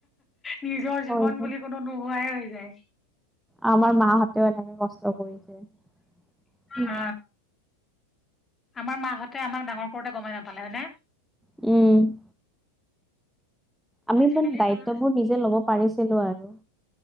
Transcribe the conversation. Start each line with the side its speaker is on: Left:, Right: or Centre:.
Left: নিজৰ
Centre: হয়,
Left: জীৱন
Centre: হয়
Left: বুলি কোনো নোহোৱাই হৈ যায়।
Centre: আমাৰ মা হঁতেও এনেকে কষ্ট কৰিছে।
Left: অ আমাৰ মাহঁতে আমাক ডাঙৰ কৰোঁতে গমেই নাপালে হয়নে?
Centre: উম আমি
Left: আজিকালি
Centre: ইমান দায়িত্ববোৰ
Left: ল'ৰা
Centre: নিজে লব পাৰিছিলো আৰু।